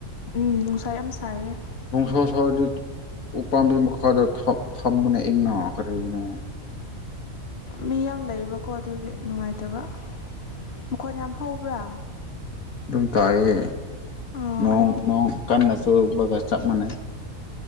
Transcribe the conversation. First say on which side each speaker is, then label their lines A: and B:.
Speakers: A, on the left; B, on the left.
A: ꯎꯝ ꯅꯨꯡꯁꯥ ꯌꯥꯝ ꯁꯥꯏꯌꯦ
B: ꯅꯣꯡꯁꯥ ꯁꯥꯔꯗꯤ ꯎꯄꯥꯝꯕꯤ ꯃꯈꯥꯗ ꯐꯛ ꯐꯝꯃꯨꯅ‌ꯦ ꯏꯪꯅ ꯀꯔꯤꯅꯣ
A: ꯃꯤ ꯌꯥꯝ ꯂꯩꯕꯀꯣ ꯑꯗꯨꯒꯤ ꯅꯨꯉꯥꯏꯇꯕ ꯃꯈꯣꯟ ꯌꯥꯝ ꯍꯧꯕ꯭ꯔꯥ
B: ꯗꯨꯝ ꯇꯥꯏꯌ‌ꯦ
A: ꯑꯣ
B: ꯅꯣꯡ
A: ꯑꯩ
B: ꯅꯣꯡ ꯀꯟꯅ ꯆꯨꯕꯒ ꯆꯞ ꯃꯥꯟꯅꯩ